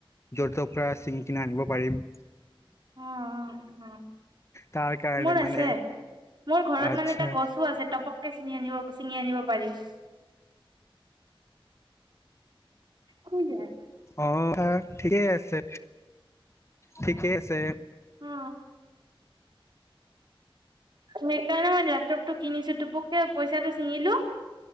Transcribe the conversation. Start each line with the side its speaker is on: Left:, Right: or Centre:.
Left: যহ য' তৰ পৰা ছিঙি কিনে আনিব পাৰিম।
Right: অ', - অ', - অ',
Left: তাৰ কাৰণে
Right: মোৰ
Left: মানে
Right: আছে মোৰ ঘৰত
Left: আচ্ছা
Right: মানে এটা গছো আছে টপক চিনি নিব চিঙ আনিব পাৰিছ শুই যায়।
Left: অ হা ঠিকেই আছে ঠিকে আছে।
Right: অ সেইকাৰণে মই লেপটপ টো কিনিছো টোপককে পইচাটো চিঙিলো